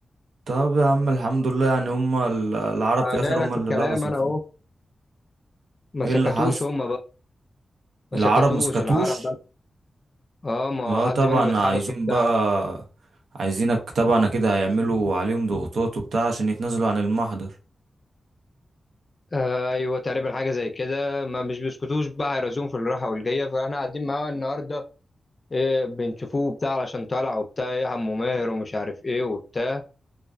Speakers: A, on the right (about 80°); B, on the left (about 35°).
A: طب يا عم الحمد لله يعني هم ال- العرب في الاخر
B: جاي لك
A: هم
B: في
A: اللي
B: الكلام
A: لبسوا
B: انا
A: فيهم
B: اهو ما
A: ايه
B: سكتوش
A: اللي حصل
B: هم بقى ما
A: العرب
B: سكتوش
A: ما سكتوش
B: العرب بقى اه ما
A: اه
B: هو حد
A: طبعا
B: منهم اتحبس
A: عايزين
B: وبتاع
A: بقى عايزينك طبعا كده هيعملوا عليهم ضغوطات وبتاع عشان يتنازلوا عن المحضر
B: آه، ايوه تقريبا حاجه زي كده ما مش بيسكتوش بقى هيرازوهم في الراحه والجايه فاحنا قاعدين معاه النهارده إيه بنشوفوه بتاع علشان طالع وبتاع ايه عمو ماهر ومش عارف ايه وبتاع